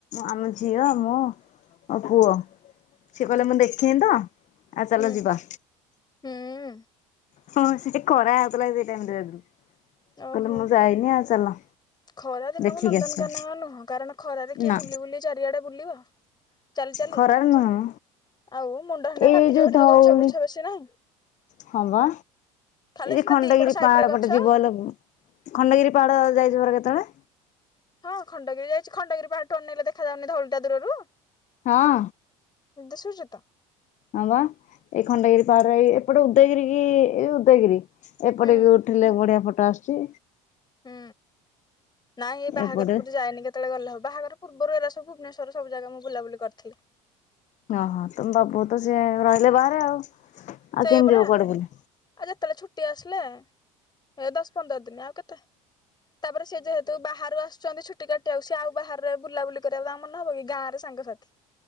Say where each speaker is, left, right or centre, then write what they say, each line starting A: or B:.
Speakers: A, on the left; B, on the left.
A: ଆମ ଝିଅ ମୁଁ। ଆଉ ପୁଅ, ସିଏ କହିଲା ମୁଁ ଦେଖିନି ତ ଆ ଚାଲ
B: ହୁଁ
A: ଯିବା।
B: ହୁଁ
A: ହଁ ସେଠି ଖରା ହେଉଥଲା ସେ ଟାଇମରେ କହିଲେ
B: ଓହୋ।
A: ମୁଁ ଯାଇନି ଆଉ ଚାଲ।
B: ଖରା ଦିନ
A: ଦେଖିକି
B: କୁ ନନ୍ଦନକାନ
A: ଆସିବା
B: ନୁହଁ। କାରଣ ଖରାରେ କିଏ
A: ନା
B: ବୁଲି ବୁଲି ଚାରିଆଡେ ବୁଲିବ? ଚାଲି ଚାଲି।
A: ଖରାରେ ନୁହଁ ମ
B: ଆଉ ମୁଣ୍ଡ ହାଣ୍ଡିଆ
A: ଏଇ
B: ଫାଟିଯିବ ସେଇଟି
A: ଧଉଳି
B: ଯୋଉ ଗଛ ବୁର୍ଛ ବେଶୀ ନାହିଁ।
A: ହଁ ବା
B: ଖାଲି
A: ଏଇ
B: ସିନା
A: ଖଣ୍ଡଗିରି
B: ଦିପଟ ସାଇଡରେ
A: ପାହାଡ
B: ଗଛ।
A: ପଟେ ଯିବ ହେଲେ ଖଣ୍ଡଗିରି ପାହାଡ଼ ଯାଇଛ ପରା କେତେବେଳେ?
B: ହଁ ଖଣ୍ଡଗିରି ଯାଇଛି। ଖଣ୍ଡଗିରି ପାହାଡଠୁ ଅନେଇଲେ ଦେଖାଯାଉନି ଧଉଳିଟା ଦୂରରୁ?
A: ହଁ।
B: ଦିଶୁଛି ତ।
A: ହଁ ବା, ଏଇ ଖଣ୍ଡଗିରି ପାହାଡର ଏଇ ଏପଟେ ଉଦୟଗିରି କି ଏଇ ଉଦୟଗିରି। ଏପଟେ
B: ହୁଁ
A: ବି ଉଠେଇଲେ ବଢିଆ ଫଟୋ ଆସୁଛି।
B: ହୁଁ, ନାଇଁ ଏଇ ବାହାଘର
A: ଏପଟେ
B: ପରେ ଯାଇନି କେ କେତେବେଳେ ଗଲେ ହବ। ବାହାଘର ପୂର୍ବରୁ ଏରା ସବୁ ଭୂବନେଶ୍ୱରର ସବୁ ଜାଗା ମୁଁ ବୁଲାବୁଲି କରିଥିଲି।
A: ଓହୋ ତମ ବାବୁ ତ ସେ ରହିଲେ ବାହାରେ ଆଉ। ଆଉ
B: ସେଇଆ
A: କେମିତି
B: ପରା।
A: ଯିବ କୁଆଡେ ବୁଲି
B: ଆଉ ଯେତେବେଳେ ଛୁଟି ଆସିଲେ ଏ ଦଶ ପନ୍ଦର ଦିନ ଆଉ କେତେ? ତାପରେ ସେ ଯେହେତୁ ବାହାରୁ ଆସୁଛନ୍ତି ଛୁଟି କାଟ ସିଏ ଆଉ ବାହାରେ ବୁଲାବୁଲି କରିବାକୁ ତାଙ୍କ ମନ ହବ କି ଗାଁରେ ସାଙ୍ଗସାଥି